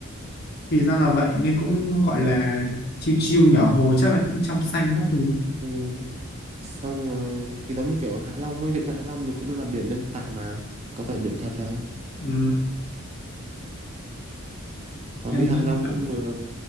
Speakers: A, on the left; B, on the right.
A: thì ra là vậy nghe cũng gọi là chiêu chiêu nhỏ hồ chắc là cũng trong xanh các thứ
B: ừ, xong rồi thì giống như kiểu Hạ Long ấy vịnh Hạ Long thì cũng là biển nhân tạo mà có phải biển thật đâu
A: ừ.
B: còn
A: em
B: đi Hạ
A: nghĩ
B: Long
A: là,
B: cũng được